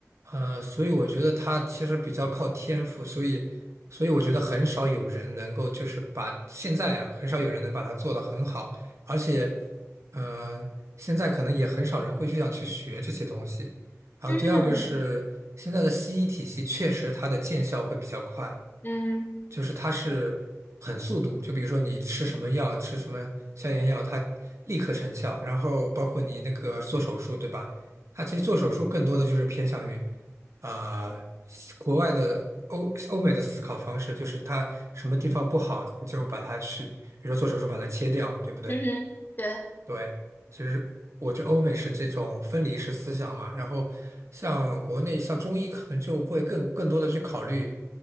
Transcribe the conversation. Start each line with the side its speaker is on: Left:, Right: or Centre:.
Right: 呃，所以我觉得他其实比较靠天赋，所以，所以我觉得很少有人能够就是把现在啊，很少有人能把它做得很好，而且，呃，现在可能也很少人会去想去学这些东西。然后第二个是现在的西医体系确实它的见效会比较快，
Left: 嗯嗯
Right: 就是它是很速度，就比如说你吃什么药，吃什么消炎药，它立刻成效。然后包括你那个做手术，对吧？它其实做手术更多的就是偏向于，呃，国外的欧欧美的思考方式，就是它什么地方不好，你就把它去，比如说做手术把它切掉，对不对？
Left: 嗯哼，对
Right: 对，其实我觉得欧美是这种分离式思想嘛，然后像国内像中医可能就会更更多的去考虑，